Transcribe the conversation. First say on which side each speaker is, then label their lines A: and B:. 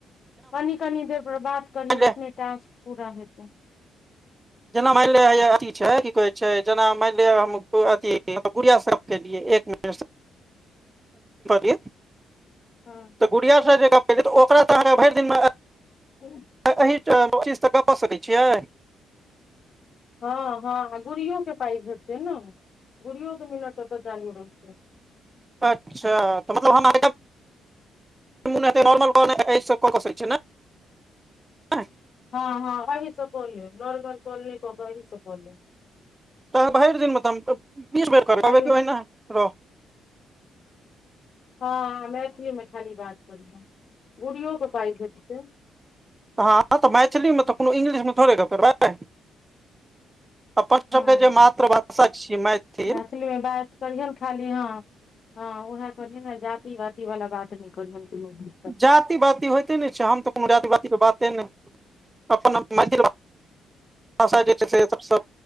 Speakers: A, on the left; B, on the right.
A: कनी कनी देर पर बात करहीन
B: मानि ले
A: अपने टास्क पुरा हेतै
B: जेना मानि ले हैया अथि छै की कहै छै जेना मानि लिअ हम अथि गुड़िया सब केलियै एक मिनट स <unintelligible> <unintelligible>
A: हाँ
B: तऽ गुड़ियां ओकरा तऽ अहाँ भरि दिन
A: हँ
B: <unintelligible> चीस तऽ गप कऽ सकैय छियै
A: हाँ हाँ गुड़ियो के पाई भेटतै न गुड़ियो के मिनट ओतऽ जालू रहतै
B: अच्छा तऽ मतलब हम आ नॉर्मल काॅल ऐसे कऽ सकै छी ए ना
A: हाँ हाँ अही स क लेब नार्मल काॅल नै कक यही स कलेब
B: तऽ भैर दिन मे तऽ हम बीस बेर करबै
A: खाली
B: केहि रह
A: हाँ मैथिली मे खाली बात करेगें गूड़ियो के पाई भेटतै
B: हाँ तऽ मैथिली मे तऽ कोनो इंग्लिश मे थोड़े गप्प करबै अपन सबके
A: हँ
B: जे मातृभाषा छी मैथिल
A: मैथिली बात करिहे ने खाली हाँ <unintelligible> हँ उह तो ने जाति वाति वाला बात नहि करहैन कियो नै
B: जाति बाति होइते ने छै हम तऽ कोनो जाति बाती के बाते नै अपन मैथिल भाषा जे छै से सबसँ